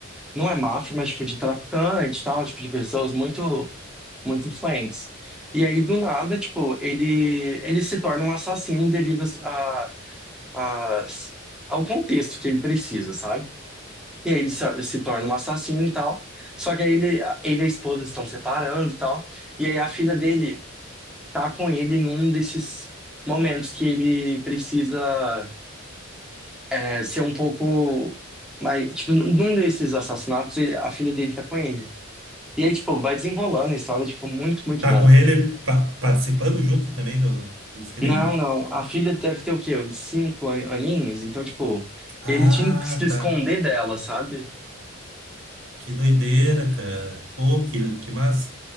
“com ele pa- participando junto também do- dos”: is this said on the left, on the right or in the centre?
Right